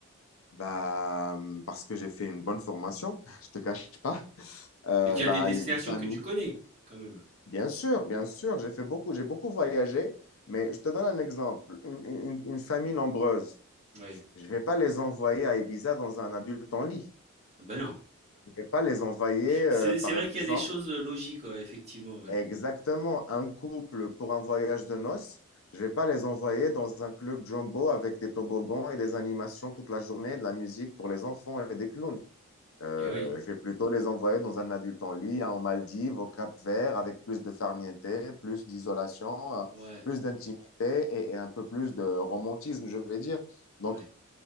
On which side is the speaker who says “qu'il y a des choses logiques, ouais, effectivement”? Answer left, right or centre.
Right